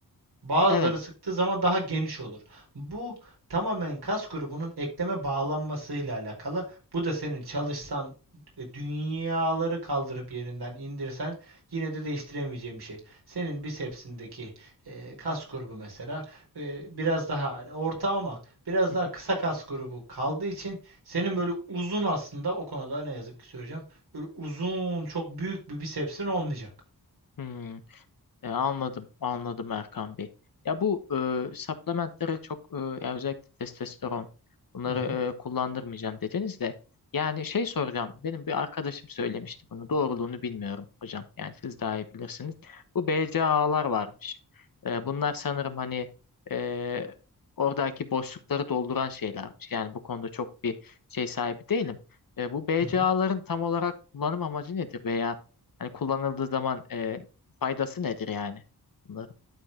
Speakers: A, on the right (about 75°); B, on the left (about 60°).
A: Bazıları
B: Evet.
A: sıktığı zaman daha geniş olur. Bu tamamen kas grubunun ekleme bağlanmasıyla alakalı. Bu da senin çalışsan e, dünyaları kaldırıp yerinden indirsen yine de değiştiremeyeceğim bir şey. Senin bisepsindeki e, kas grubu mesela e, biraz daha orta ama biraz
B: <laughs>
A: daha kısa kas grubu kaldığı için senin böyle uzun aslında o konuda ne yazık ki söyleyeceğim. Böyle uzun çok büyük bir bisepsin olmayacak.
B: Hmm. E, anladım, anladım Erkan Bey. Ya bu e, supplementlere çok e, ya özellikle testosteron bunları
A: Hı hı.
B: e, kullandırmayacağım dediniz de yani şey soracağım. Benim bir arkadaşım söylemişti bunu. Doğruluğunu bilmiyorum hocam. Yani siz daha iyi bilirsiniz. Bu BCAA'lar varmış. E, bunlar sanırım hani e, oradaki boşlukları dolduran şeylermiş. Yani bu konuda çok bir şey sahibi değilim. E, bu BCAA'ların
A: Hı hı.
B: tam olarak kullanım amacı nedir veya hani kullanıldığı zaman e, Faydası nedir yani? Bunların?